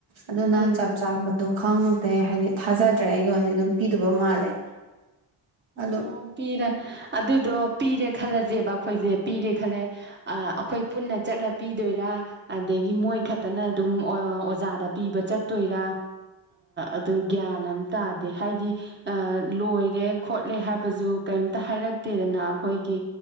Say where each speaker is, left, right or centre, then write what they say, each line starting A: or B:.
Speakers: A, on the right; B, on the right.
A: ꯑꯗꯨꯅ
B: ꯎꯝ
A: ꯆꯞ ꯆꯥꯕꯗꯣ ꯈꯪꯗꯦ ꯍꯥꯏꯗꯤ ꯊꯥꯖꯗ꯭ꯔꯦ ꯑꯩꯒꯤ ꯑꯣꯏꯅꯗꯤ ꯑꯗꯨꯝ ꯄꯤꯗꯕ ꯃꯥꯜꯂꯦ
B: ꯑꯣ
A: ꯑꯗꯣ
B: ꯄꯤꯔ ꯑꯗꯨꯗꯣ ꯄꯤꯔꯦ ꯈꯜꯂꯁꯦꯕ ꯑꯩꯈꯣꯏꯁꯦ ꯄꯤꯔꯦ ꯈꯜꯂꯦ ꯑꯩꯈꯣꯏ ꯄꯨꯟꯅ ꯆꯠꯂ ꯄꯤꯗꯣꯏꯔꯥ ꯑꯗꯒꯤ ꯃꯣꯏ ꯈꯛꯇꯅ ꯑꯗꯨꯝ ꯑꯣꯖꯥꯗ ꯄꯤꯕ ꯆꯠꯇꯣꯏꯔꯥ ꯑꯗꯨ ꯒ꯭ꯌꯥꯟ ꯑꯃꯝ ꯇꯥꯗꯦ ꯍꯥꯏꯗꯤ ꯂꯣꯏꯔꯦ ꯈꯣꯠꯂꯦ ꯍꯥꯏꯕꯁꯨ ꯀꯩꯝꯇ ꯍꯥꯏꯔꯛꯇꯦꯗꯅ ꯑꯩꯈꯣꯏꯒꯤ